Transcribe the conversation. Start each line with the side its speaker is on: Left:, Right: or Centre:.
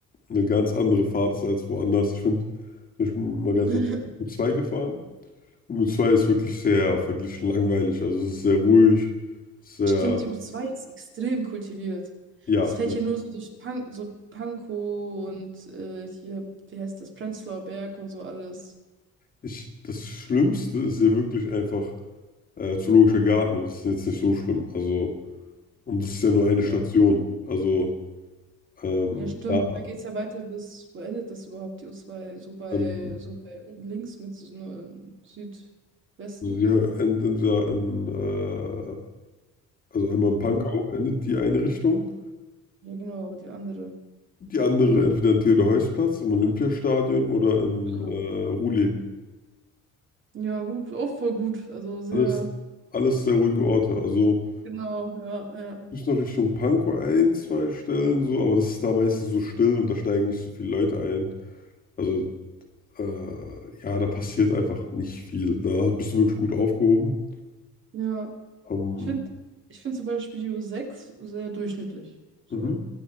Left: eine ganz andere Fahrt ist als woanders. Ich finde, ich bin mal ganz
Right: <laughs>
Left: oft U2 gefahren. Und U2 ist wirklich sehr verglichen langweilig. Also es ist sehr ruhig, sehr,
Right: Stimmt, die u zwei ist extrem kultiviert.
Left: ja.
Right: Das fällt ja nur so durch Pan so Pankow und äh, hier, wie heißt das, Prenzlauer Berg und so alles.
Left: Ich, das Schlimmste ist ja wirklich einfach äh, Zoologischer Garten und das ist jetzt nicht so schlimm. Also, und das ist ja nur eine
Right: Ja,
Left: Station. Also, ähm,
Right: ja stimmt.
Left: da,
Right: Dann geht es ja weiter bis, wo endet das überhaupt, die u zwei So bei,
Left: ähm,
Right: so bei unten links mit so nur im Südwesten.
Left: also hier in, in, dieser- in, äh, Also einmal in Pankow
Right: Ruhr?
Left: endet die eine Richtung,
Right: Ja, genau, die andere.
Left: die andere entweder in Theodor-Heuss-Platz, im Olympiastadion oder in
Right: Ja,
Left: äh, Ruhleben.
Right: Ja, gut, auch voll gut. Also sehr,
Left: Alles, alles sehr ruhige Orte. Also
Right: genau, ja, ja.
Left: bis noch Richtung Pankow ein, zwei Stellen so, aber das ist da meistens so still und da steigen nicht so viele Leute ein. Also äh, ja, da passiert einfach nicht viel. Da bist du wirklich gut aufgehoben.
Right: Ja,
Left: Ähm,
Right: ich finde, ich finde zum Beispiel die u sechs sehr durchschnittlich. So.
Left: mhm.